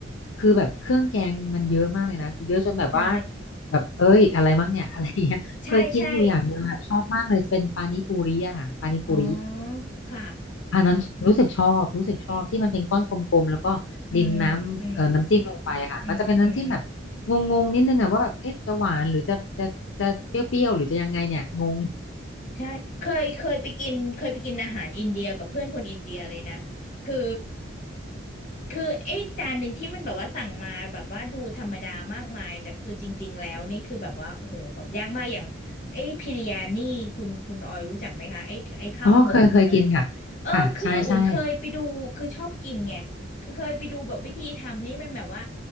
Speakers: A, on the left; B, on the left.
A: คือแบบเครื่องแกงมันเยอะมากเลยนะเยอะจนแบบว่า
B: ใช่
A: แบบเอ้ยอะไรมั้งเนี่ยอะไรอย่างเงี้ยเคยกินอยู่อย่างหนึงค่ะชอบมากเลยเป็นปานิปูริอะค่ะปานิปูริ
B: ใช่ใช่ อ๋อ ค่ะ
A: อันนั้นรู้สึกชอบรู้สึกชอบที่มันเป็นก้อนกลมๆแล้วก็ดินน้ำเอ่อน้ำจิ้มลงไปอะค่ะมันจะเป็นน้ำจิ้มแบบงงๆนิดนึงอะว่าแบบเอ๊ะจะหวานหรือจะจะจะเปรี้ยวๆหรือจะยังไงเนี่ยงง
B: อืมอืม อืม อืม ใช่ เคยเคยไปกินเคยไปกินอาหารอินเดียกับเพื่อนคนอินเดียเลยนะ คือ คือไอ้จานหนึ่งที่มันแบบว่าสั่งมาแบบว่าดูธรรมดามากมายแต่คือจริงๆแล้วนี่คือแบบว่าโอ้โหแบบยากมากอย่างไอ้พิริยานี่คุณคุณออยรู้จักไหมคะไอ้ไอ้ข้าวหมกอะไรอย่างเงี้ยเออคืออุ่นเคยไปดูคือชอบกินไงคือเคยไปดูแบบวิธีทำนี่มันแบบว่า
A: อ๋อเคยเคยกินค่ะค่ะใช่ใช่